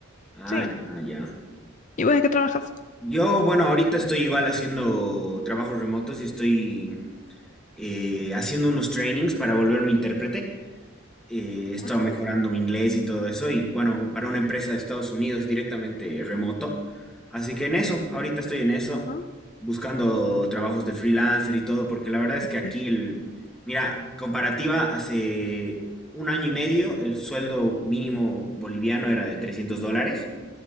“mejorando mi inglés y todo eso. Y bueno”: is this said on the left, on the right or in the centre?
Centre